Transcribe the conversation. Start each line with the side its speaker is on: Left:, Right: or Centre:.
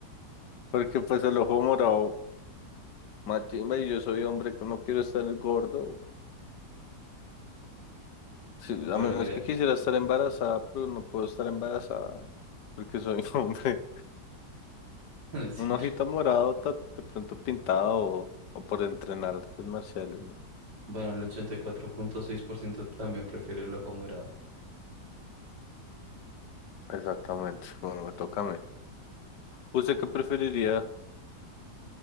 Left: Porque pues el ojo morado, machimba, y yo soy hombre que no quiero estar gordo. Sí,
Right: Bueno,
Left: a menos
Right: mira,
Left: que quisiera estar embarazada, pero no puedo estar embarazada porque soy <laughs> hombre.
Right: <laughs> tener siempre
Left: Un ojito morado, ta- de pronto pintado o, o por entrenar artes marciales, ¿no?
Right: Bueno, el ochenta y cuatro punto seis por ciento también prefiere el ojo morado.
Left: Exactamente, bueno, me toca a mí. ¿Usted qué preferiría?